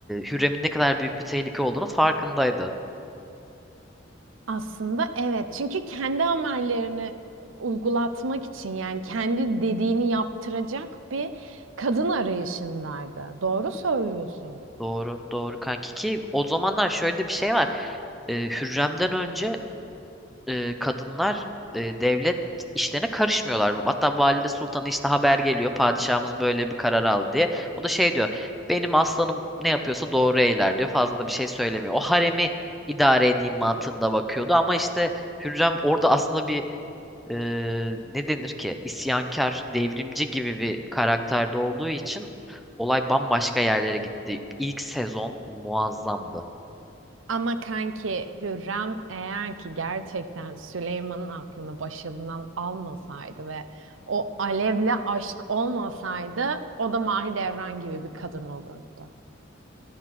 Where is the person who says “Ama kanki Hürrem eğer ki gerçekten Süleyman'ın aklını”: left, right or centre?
Right